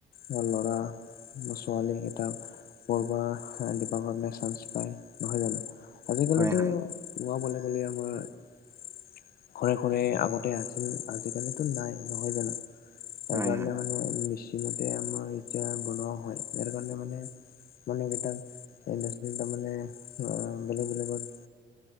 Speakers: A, on the left; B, on the right.
A: বা ল'ৰা বা ছোৱালী কেইটা কৰবা দিবা চানস পাই নহয় জানো আজিকালিতো
B: হয় হয় হয়
A: <unintelligible> আমাৰ ঘৰে ঘৰে আগতে আছে আজিকালিতো নাই নহয় জানো
B: হয়
A: তাৰ কাৰণে
B: হয়
A: মানে মেচ সেইমতে আমাৰ এতিয়া বনোৱা হয় ইয়াৰ কাৰণে মানে মানে একেইটা ইড্ৰাষ্ট্ৰি তাৰমানে বেলেগ বেলেগত